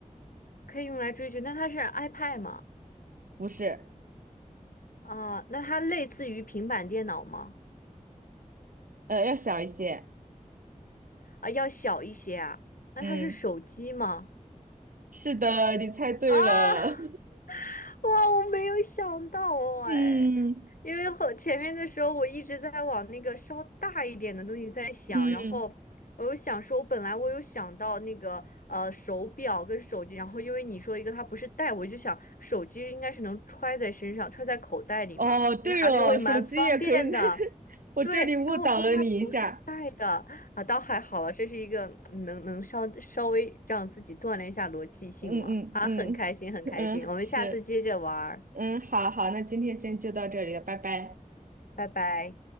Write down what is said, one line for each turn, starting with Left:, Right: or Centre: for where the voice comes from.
Left: 可以用来追剧，那它是 iPad 吗？
Right: 不是，
Left: 啊、那它类似于平板电脑吗？
Right: 呃，要小一些，
Left: 啊，要小一些啊？那它是手机吗？
Right: 嗯，是的，你猜对了，
Left: 啊，哇，我没有想到哦，
Right: <laughs>
Left: 哎，
Right: 嗯
Left: 因为后前面的时候我一直在往那个稍大一点的东西在想，
Right: 嗯，
Left: 然后我又想说，我本来我有想到那个呃手表跟手机，然后因为你说一个它不是带，我就想手机应该是能揣在身上，揣在口袋里嘛，
Right: 哦，对哦，
Left: 应该还是会蛮方便的。
Right: 手机也可以，<laughs> 我这里误导了你一下，
Left: 对，然后我说它不是带的啊，倒还好了，这是一个嗯能能稍稍微让自己锻炼一下逻辑性吗？
Right: 嗯嗯嗯嗯，
Left: 啊，很开心，很开心，我们下次接着玩儿，
Right: 是，嗯，好好，那今天先就到这里了，拜拜。
Left: 拜拜。